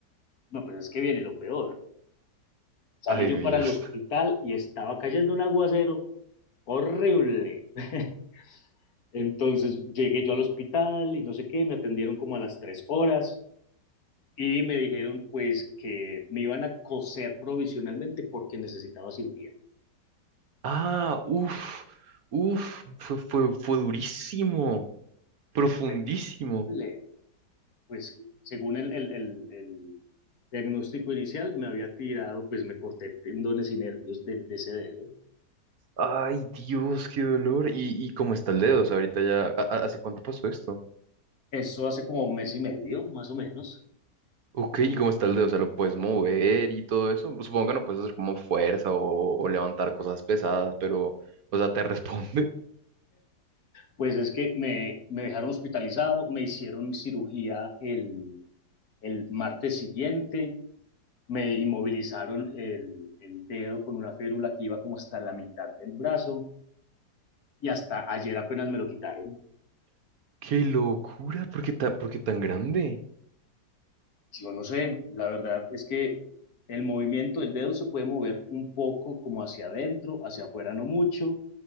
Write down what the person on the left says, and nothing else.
no, pero es que viene lo peor, salí
yo
para el hospital y estaba cayendo un aguacero horrible. <laughs> Entonces llegué yo al hospital y no sé qué, me atendieron como a las tres horas y me dijeron pues que me iban a coser provisionalmente porque necesitaba cirugía.
Pues, le- pues según el, el, el- el diagnóstico inicial me había tirado, pues me corté tendones y nervios de, de ese dedo.
Eso hace como un mes y medio, más o menos.
Pues es que me, me dejaron hospitalizado, me hicieron cirugía el, el martes siguiente me inmovilizaron el, el dedo con una férula que iba como hasta la mitad del brazo y hasta ayer apenas me lo quitaron.
Yo no sé, la verdad es que el movimiento del dedo se puede mover un poco como hacia adentro, hacia afuera no mucho,